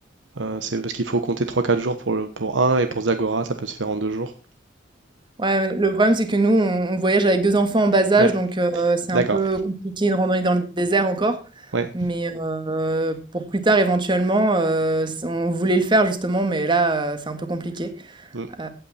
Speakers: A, on the right; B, on the right.
A: Euh, c'est parce qu'il faut compter trois quatre jours pour, le- pour un et pour Zagora, ça peut se faire en deux jours.
B: Ouais, ouais, le problème, c'est que nous, on on voyage avec 2 enfants en bas âge,
A: Ouais,
B: donc heu, c'est un
A: d'accord.
B: peu compliqué de randonner dans le désert encore.
A: Ouais.
B: Mais heu, pour plus tard, éventuellement, heu, s on voulait le faire justement, mais là, heu, c'est un peu compliqué.
A: Mm.
B: Heu,